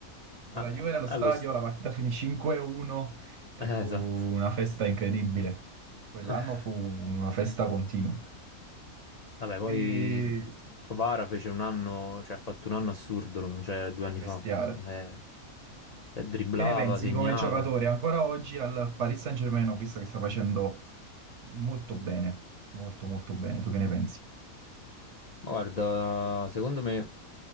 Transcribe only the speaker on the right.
Con
la Juve nello
stadio
la partita finì 5-1 e
fu
una festa incredibile. Quell'anno
fu una festa continua.
E...
Bestiale.
Che ne pensi
di come giocatore ancora oggi al Paris Saint-Germain, ho visto che sta facendo molto bene, molto molto bene. Tu che ne pensi?